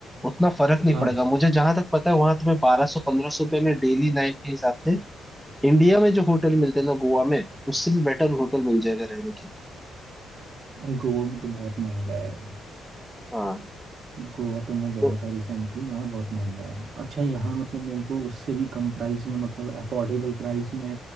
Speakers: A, in the centre; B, on the right (about 55°).
A: उतना फर्क नहीं
B: हाँ
A: पड़ेगा मुझे जहां तक पता है वहां तुम्हें बारह सौ पंद्रह सौ रुपए में डेली नाइट के हिसाब से इंडिया में जो होटल मिलते हैं ना गोवा में उससे भी बेटर होटल मिल जाएगा रहने के लिए।
B: अरे गोवा में तो बहुत महंगा है
A: हाँ
B: गोवा तो मैं गया
A: तो
B: था रिसेंटली वहाँ बहुत महंगा है अच्छा यहाँ मतलब मेरे को उससे भी कम प्राइस में मतलब अफोर्डेबल प्राइस में